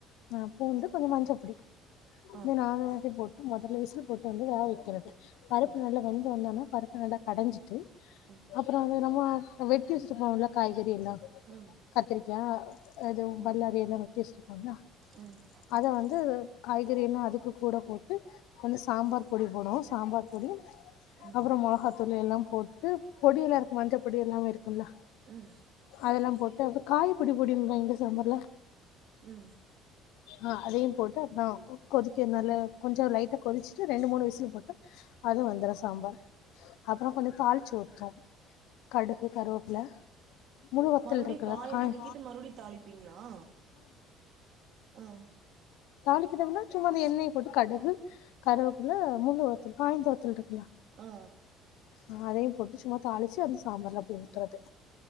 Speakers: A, on the left; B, on the right.
A: அப்ப வந்து கொஞ்ச மஞ்சப் பொடி
B: ஆ
A: இந்த
B: ஓகே
A: நாலென்தயூ போட் மொதல்ல விசிலு போட்டு வந்து வேவ வெக்கிறது பருப்பு
B: ஆ
A: நல்லா வெந்து வந்தோன்ன பருப்ப நல்லா கடஞ்சிட்டு
B: ம்
A: அப்பறோ வந்து நம்ம வெட்டி வச்சுட்டு போனோல காய் தெரியுல்ல
B: ம்
A: கத்திரிக் யா அது
B: ம்
A: பல்லாரி எல்லா வெட்டி வச்சுரு அவ்ளா
B: ம்
A: அத வந்து காய்கறினா அதுக்கு கூட போட் கொஞ்சம் சாம்பார் பொடி போடும் சாம்பார் பொடி
B: ம்
A: அப்புறம் மொளகாத் பொடி எல்லாம் போட்டு பொடி எல்லாம் இருக்கு மஞ்சள் பொடி எல்லாம் இருக்கு
B: ம்
A: அதெல்லாம் போட்டு காய பொடி போடுவீங்ளா இந்த சாம்பார்ல
B: உம்
A: ஆஹ் அதையும் போட்டு அப்புறம் கொதிக்க நல்ல கொஞ்ச லைட்டா கொதிச்சுட்டு ரெண்டு மூணு விசுல போட்டு அது வந்துடும் சாம்பார் அப்புறம் கொஞ்சம் தாளிச்சு ஊத்தம் கடுகு கருவேப்பில முழு வத்தல்
B: மறுபடி
A: இருக்குல்ல
B: காய
A: காய்
B: வணக்கிட்டு மறுபடி தாளிப்பீங்களா ஆஹ்
A: தாளிக்கதம்னா சும்மா அந்த எண்ணெயை போட்டு கடுகு கருவேப்புள்ள முழுவத்தல் காய்ந்த வத்தல் இருக்குலயா
B: ஆ
A: ஹ் அதையும் போட்டு சும்மா தாளிச்சு அந்த சாம்பார்ல அப்டி ஊத்துறது